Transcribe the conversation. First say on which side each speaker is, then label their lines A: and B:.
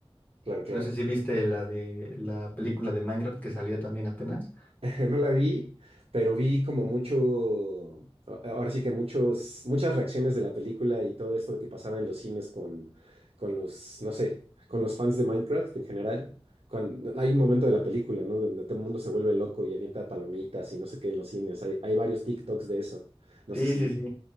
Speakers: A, on the right (about 70°); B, on the left (about 15°).
A: Claro, claro.
B: No sé si viste la de la película de Minecraft que salió también apenas.
A: <laughs> No la vi, pero vi como mucho, a- ahora sí que muchos, muchas reacciones de la película y todo esto de que pasaba en los cines con, con los, no sé, con los fans de Minecraft en general. Cuando, hay un momento de la película, ¿no? Donde todo el mundo se vuelve loco y avienta palomitas y no sé qué en los cines. Hay, hay varios TikToks de eso. No
B: Sí,
A: sé si
B: sí, sí.